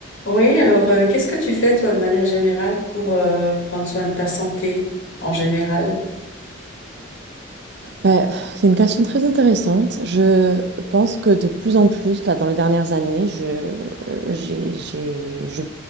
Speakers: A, on the left; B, on the right.
A: Oui, alors euh, qu'est-ce que tu fais toi de manière générale pour euh, prendre soin de ta santé en général?
B: Ouais, c'est une question très intéressante. Je pense que de plus en plus, là, dans les dernières années, je, euh, j'ai, j'ai, je,